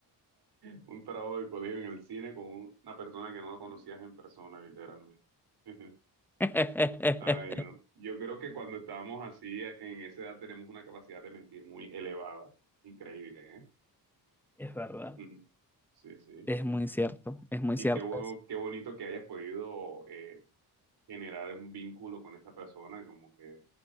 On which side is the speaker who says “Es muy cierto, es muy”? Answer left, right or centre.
Centre